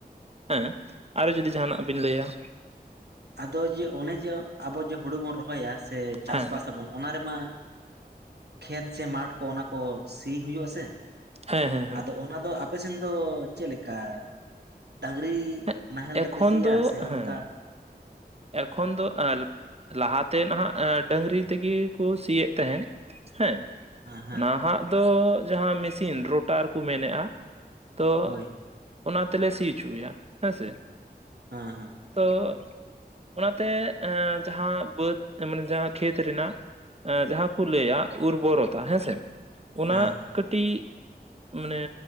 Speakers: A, on the right (about 40°); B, on the right (about 75°).
A: ᱦᱮᱸ ᱟᱨᱚ ᱡᱩᱫᱤ ᱡᱟᱦᱟᱱᱟᱜ ᱵᱤᱱ ᱞᱟᱹᱭᱟ ᱾
B: ᱟᱫᱚ ᱡᱮ ᱚᱱᱮ ᱡᱮ ᱟᱵᱚ ᱡᱮ ᱦᱩᱲᱩ ᱵᱚᱱ ᱨᱚᱦᱚᱭᱟ ᱥᱮ ᱪᱟᱥᱼᱵᱟᱥ
A: ᱦᱮᱸ ᱦᱮᱸ
B: ᱟᱵᱚᱱᱼᱼ ᱚᱱᱟ ᱨᱮᱢᱟ ᱠᱷᱮᱛ ᱥᱮ ᱢᱟᱴ ᱠᱚ ᱚᱱᱟ ᱠᱚ ᱥᱤ ᱦᱩᱭᱩᱜᱼᱟ ᱥᱮᱼᱼ
A: ᱦᱮᱸ ᱦᱮᱸ ᱦᱮᱸ
B: ᱟᱫᱚ ᱚᱱᱟ ᱫᱚ ᱟᱯᱮ ᱥᱮᱱ ᱫᱚ ᱪᱮᱫ ᱞᱮᱠᱟ ᱰᱟᱹᱝᱨᱤᱼ
A: ᱦᱮᱸ,
B: ᱼ ᱱᱟᱦᱮᱞ
A: ᱮᱠᱷᱚᱱ
B: ᱛᱮᱯᱮ ᱥᱤᱭᱟ
A: ᱫᱚ
B: ᱥᱮ ᱚᱱᱠᱟᱼᱼ
A: ᱦᱮᱸ ᱮᱠᱷᱚᱱ ᱫᱚ ᱟᱨ ᱞᱟᱦᱟᱛᱮ ᱱᱟᱸᱜ ᱰᱟᱹᱝᱨᱤ ᱛᱮᱜᱮ ᱠᱚ ᱥᱤᱭᱮᱫ ᱛᱟᱸᱦᱮᱱ ᱾ ᱦᱮᱸ
B: ᱦᱮᱸ ᱦᱮᱸ
A: ᱱᱟᱦᱟᱸᱜ ᱫᱚ ᱡᱟᱦᱟᱸ ᱢᱤᱥᱤᱱ ᱨᱳᱴᱟᱨ ᱠᱚ ᱢᱮᱱᱮᱫᱼᱟ ᱛᱚᱼᱼ
B: ᱦᱳᱭ
A: ᱚᱱᱟ ᱛᱮᱞᱮ ᱥᱤ ᱚᱪᱚᱭᱟ ᱦᱮᱸ ᱥᱮ ᱾
B: ᱦᱮᱸ ᱦᱮᱸ ᱾
A: ᱛᱚᱼᱼ ᱚᱱᱟᱛᱮ ᱮᱸᱡᱟᱦᱟᱸ ᱵᱟᱹᱫᱽ ᱮᱢᱚᱱᱤ ᱡᱟᱦᱟᱸ ᱠᱷᱮᱛ ᱨᱮᱱᱟᱜ ᱡᱟᱦᱟᱸ ᱠᱚ ᱞᱟᱹᱭᱟ ᱩᱨᱵᱚᱨᱚᱛᱟ ᱦᱮᱸᱥᱮ, ᱚᱱᱟ
B: ᱦᱮᱸ ᱦᱮᱸ
A: ᱠᱟᱹᱴ ᱼᱴᱤᱡ ᱢᱟᱱᱮ